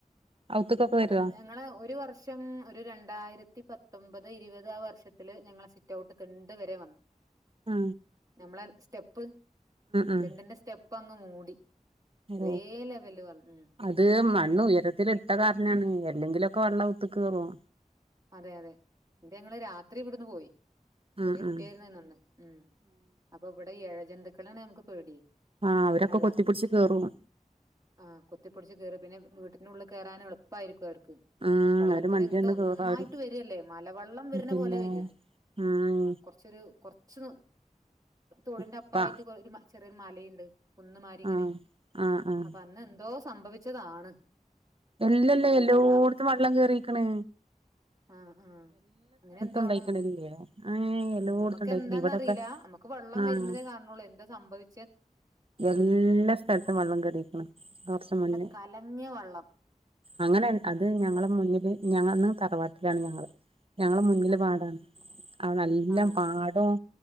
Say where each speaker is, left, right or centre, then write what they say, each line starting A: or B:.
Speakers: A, on the right; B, on the right.
A: ഔത്ത്ക്കൊക്കെ വരുവോ
B: അക ഞങ്ങള് ഒരു വർഷം ഒരു രണ്ടായിരത്തി പത്തൊമ്പത് ത് ഇരുപത് അ വർഷത്തില് ഞങ്ങള് സിറ്റ്ഔട്ട് തിണ്ട് വരെ വന്നു
A: ആ
B: നമ്മളെ സ്റ്റെപ്പ്
A: ഉം
B: തിണ്ടിന്റെ സ്റ്റെപ്പ് അങ്ങ് മൂടി
A: ഓ
B: ഒരേ ലെവല് വന്ന് ഉം
A: അത് മണ്ണ്
B: വെള്ളം
A: ഉയരത്തിൽ ഇട്ട കാരണം ലാണ് അല്ലങ്കിലുക്കെ വെള്ളം ഔത്ത്ക്ക് ക്കേറും
B: അതെ അതെ എന്നിട്ട് ഞങ്ങള് രാത്രി ഇവിടുന്ന് പോയി ചെറിയ
A: ഉം
B: കുട്ടിയായിരുന്ന
A: ഉം
B: നന്ന് ഉം അപ്പൊ ഇവിടെ ഏഴ ജന്തുക്കളാണ് നമക്ക് പേടി
A: ആഹ് അവരൊക്കെ
B: വള്ള
A: കൊത്തിപ്പിടിച്ച് കേറും
B: ആ കുത്തിപ്പൊടിച്ച് കേറി പിന്നെ വീട്ട നുള്ള് കേറാൻ എളുപ്പായിരിക്കും അവർക്ക്
A: ഉം
B: വെള്ളത്തിൽ
A: അവര് മണ്ടിയണ്ട്
B: ഇങ്ങോട്ട് ഒ
A: കേറും
B: നന്നായിട്ട്
A: അവര്
B: വരില്ലേ മലവെള്ളം വരുന്ന
A: പിന്നെ
B: പോലെ വരിക
A: ഉം
B: ആ കൊറച്ചൊരു കുറച്ച് തോടിന്റെ
A: ഉറപ്പാ
B: അപ്പുറമായിട്ട് ഒരു മ ചെറിയൊരു മലയുണ്ട് കുന്ന്മാരി ഇങ്ങനെ
A: ആഹ് ആഹ് ആഹ്
B: അപ്പൊ അന്ന് എന്തോ സംഭവിച്ചതാണ്
A: എല്ലല്ലേ എല്ലോട്ത്തും
B: സദാ
A: വെള്ളം കേയറിക്കണ്
B: ആഹ് ആ അ അങ്ങനെ എന്തോ
A: ഉണ്ടായിക്കണില്ലേ
B: ആണ്
A: ഏഹ് എല്ലോടത്തും
B: നമ്മക്ക്
A: ഉണ്ടായിക്കണ്
B: എന്താന്നറില
A: ഇവിടൊക്കെ
B: നമ്മക്ക് വെള്ളം
A: ആഹ്
B: വരുന്നതേ കാണുന്നുള്ളൂ എന്താ സംഭവി
A: എല്ലാ സ്ഥലത്തും വെള്ളം കേറിക്ക്ണ്
B: ഉം
A: കുറച്ച്
B: നല്ല
A: മുന്നേ
B: കലങ്ങിയ വെള്ളം
A: അങ്ങനെ അത്
B: അപ്പൊ
A: ഞങ്ങള മുന്നില് ഞങ്ങണും തറവാ ത്തിലാണ് ഞങ്ങള് ഞങ്ങള മുന്നില്
B: ആ
A: പാടാണ് അവളെല്ലാം
B: ആ
A: പാടും